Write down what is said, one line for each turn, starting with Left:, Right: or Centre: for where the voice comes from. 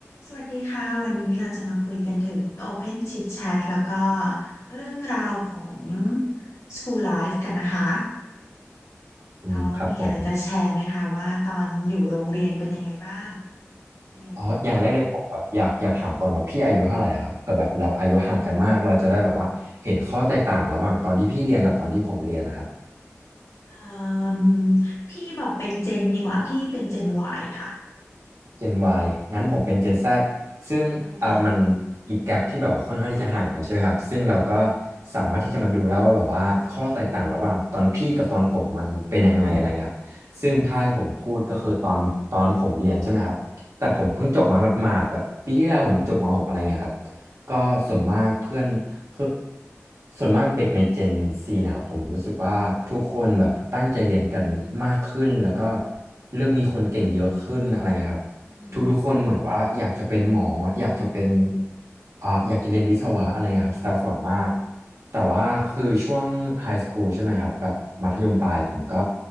Left: สวัสดีค่ะวันนี้เราจะมาคุยกันถึง Open Chit Chat แล้วก็เรื่องราวของ School Life กันนะคะ
Right: อืมครับผม
Left: น้องมีอะไรจะแชร์ไหมคะว่าตอนอยู่โรงเรียนเป็นยังไงบ้างเรียน
Right: อ๋ออย่างแรกเลยผมแบบอยากอยากถามก่อนว่าพี่อายุเท่าไหร่นะครับเผื่อแบบเราอายุห่างกันมากเราจะได้แบบว่าเห็นข้อแตกต่างระหว่างตอนที่พี่เรียนกับตอนที่ผมเรียนนะครับ
Left: เอ่มพี่บอกเป็นเจนดีกว่าพี่เป็นเจน Y ค่ะ
Right: Gen Y งั้นผมเป็น Gen Z ซึ่งอ่ามัน
Left: โอเค
Right: อีกแกปที่แบบว่าค่อนข้างที่จะห่างกันใช่ไหมครับซึ่งเราก็สามารถที่จะมาดูได้ว่าแบบว่าข้อแตกต่างระหว่างตอนพี่กับตอนผมมันเป็นยังไงอะไรเงี้ยครับซึ่งถ้าให้ผมพูดก็คือตอนตอนผมเรียนใช่ไหมครับแต่ผมเพิ่งจบมาหมาดๆแบบปีที่แล้วผมจบมหกอะไรเงี้ยครับก็ส่วนมากเพื่อนคือส่วนมากเด็กใน Gen C นะครับผมรู้สึกว่าทุกคนแบบตั้งใจเรียนกันมากขึ้นแล้วก็เริ่มมีคนเก่งเยอะขึ้นอะไรเงี้ยครับ
Left: อืม
Right: ทุกๆคนเหมือนว่าอยากจะเป็นหมออยากจะเป็นอ่าอยากจะเรียนวิศวะอะไรเงี้ยครับซะส่วนมากแต่ว่าคือช่วงไฮสคูลใช่ไหมครับแบบมัธยมปลายผมก็